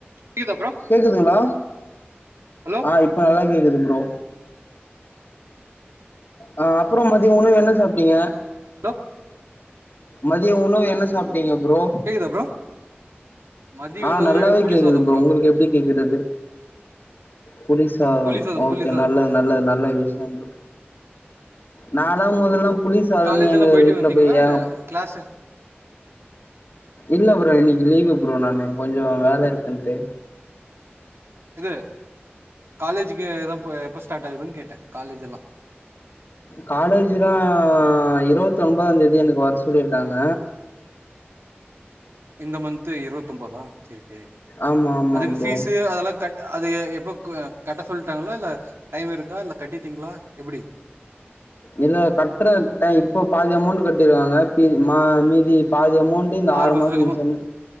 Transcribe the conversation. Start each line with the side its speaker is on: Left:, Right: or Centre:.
Right: கேக்குதா ப்ரோ
Left: கேக்குதுங்களா
Right: ஹலோ
Left: ஆ இப் ப்ப நல்லா கேக்குது ப்ரோ அ அப்புறோ மதிய உனவு என்ன சாப்ட்டீங்க
Right: லோ
Left: மதிய உணவு என்ன சாப்டீங்க ப்ரோ
Right: கேக்குதா ப்ரோ மதிய
Left: ஆ
Right: உணவு
Left: நல்லாவே
Right: புளி
Left: கேக்குது
Right: சாதம்
Left: ப்ரோ உங்களுக்கு எப்டி கேக்குறது புளிசாதம்
Right: புளி சாதம்
Left: ஓகே
Right: புளி சாதம்
Left: நல்லது நல்லது நல்ல விஷயம் தா நாலா முதல்லா புளி சாதன்
Right: காலேஜ்
Left: எங்க
Right: எல்லா போயிட்டு
Left: வீட்டுல
Right: வந்தீங்களா
Left: போய்
Right: இல்ல
Left: ஏங்
Right: கிளாஸ்
Left: இல்ல ப்ரோ இன்னைக்கி லீவு் ப்ரோ நானு கொஞ்சோ வேல இருக்குன்ட்டு
Right: இது காலேஜுக்கு எதோ எப்ப ஸ்டார்ட் ஆகுதுன்னு கேட்டே காலேஜ் எல்லா
Left: காலேஜு தா இருவத்தி ஒம்பதா தேதி எனக்கு வர சொல்லி இருக்காங்க
Right: இந்த மந்த்து இருவத்து ஒம்பதா செரி செரி
Left: ஆமா ஆமா
Right: அதுக்கு
Left: ப்ரோ
Right: ஃபீஸு அதெல்லா கட் அது எப்போ கட்ட சொல்லிட்டாங்களா இல்ல டைம் இருக்கா இல்ல கட்டிட்டீங்களா எப்டி
Left: இல்ல கட்ற ட்டை இப்போ பாதி அமௌண்ட் கட்டிருவாங்க மீதி பாதி அமௌண்ட் டி இந்த
Right: ஆறு
Left: ஆறுமாச
Right: மாசத்துக்கு
Left: கழிச்சோனே
Right: அப்றோ